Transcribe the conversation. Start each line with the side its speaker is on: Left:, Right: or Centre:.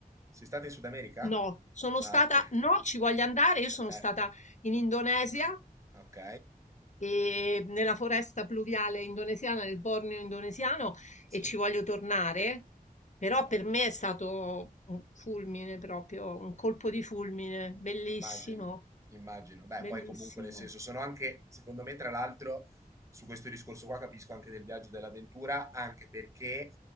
Right: Sei stata in Sud America?
Left: No, sono
Right: Ah,
Left: stata,
Right: ok.
Left: no, ci voglio andare. Io sono
Right: Eh,
Left: stata in Indonesia
Right: ok,
Left: e nella foresta pluviale indonesiana, nel Borneo indonesiano,
Right: sì.
Left: e ci voglio tornare. Però
Right: Certo,
Left: per me è stato un fulmine proprio, un colpo
Right: mh,
Left: di fulmine, bellissimo,
Right: immagino, immagino. Beh,
Left: bellissimo.
Right: poi comunque nel senso sono anche, secondo me, tra l'altro, su questo discorso qua capisco anche del viaggio e dell'avventura, anche perché